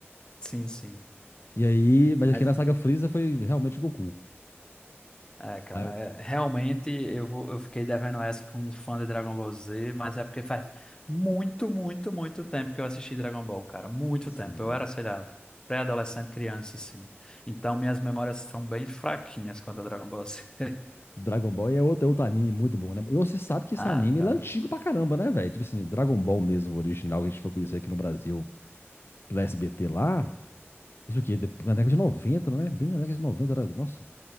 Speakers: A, on the left (about 20°); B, on the left (about 60°).
A: Sim, sim.
B: E aí, mas
A: Mas,
B: aqui na saga Freeza foi realmente o Goku.
A: é, cara,
B: Aí eu-
A: é, realmente eu vou, eu fiquei devendo essa com um fã de Dragon Ball Z, mas é porque faz muito, muito, muito tempo que eu assisti Dragon Ball, cara. Muito
B: sim.
A: tempo. Eu era, sei lá, pré-adolescente, criança, assim. Então minhas memórias são bem fraquinhas quanto a Dragon Ball Z. <laughs>
B: Dragon Ball é outro, é outro anime muito bom, né? E você sabe que esse
A: Ah,
B: anime
A: cara.
B: ele é antigo pra caramba, né, velho? Tipo assim, o Dragon Ball mesmo, o original, que a gente foi conhecer aqui no Brasil, pela SBT lá. Isso aqui, na década de noventa, né? Bem na década de 90, era, nossa,